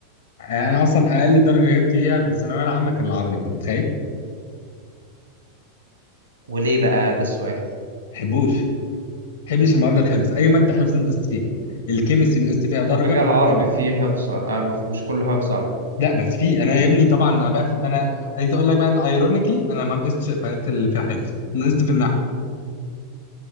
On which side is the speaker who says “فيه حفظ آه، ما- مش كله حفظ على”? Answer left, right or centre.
Right